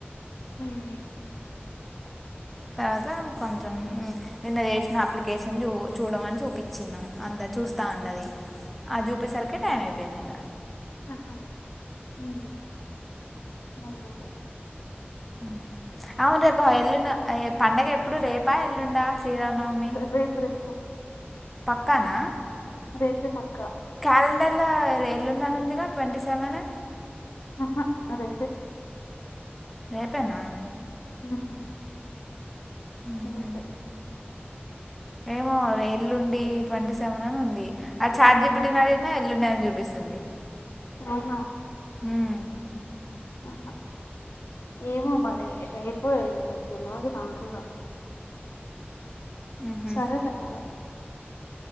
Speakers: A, on the left; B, in the centre.
A: మ్
B: తర్వాత కొంచెం మ్ నిన్న చేసిన అప్లికేషన్ చూ చూడమని చూపిచ్చినాం అందరం చూస్తా అన్నది అది చూపేసరికే టైం అయిపోయింది ఇంగ
A: ఆహా మ్ అదేగదా
B: మ్ అవును రేపు ఎల్లుండ్ పండగెప్పుడు రేపా ఎల్లుండా శ్రీరామనవమి
A: రేపు రేపు
B: పక్కా, నా
A: రేపే పక్కా
B: క్యాలెండర్లో రే ఎల్లుండనుందిగా ట్వంటీ సెవెన్
A: ఆహ రేపే
B: రేపేనా
A: <unintelligible>
B: మ్ హు
A: రేపే
B: ఏమో ఎల్లుండి ట్వంటీ సెవెన్ అని ఉంది. ఆ చాట్ జి పి టినడిగిన ఎల్లుండి అని చూపి పిస్తుంది.
A: అవునా
B: మ్మ్
A: ఆహా ఏమో మరి రేపోఎల్లుండో తెల్వదు నా కూడా
B: మ్హూ.
A: సరేలే మరి